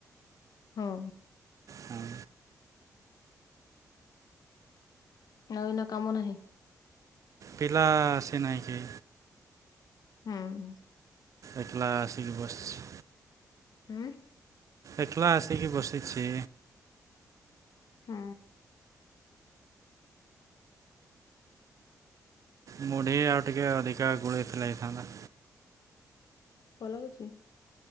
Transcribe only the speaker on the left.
ହଁ।
ଆଉ ଏନା କାମ ନାହିଁ।
ହୁଁ।
ହୁଁ।
ହୁଁ।
ଭଲ <unintelligible>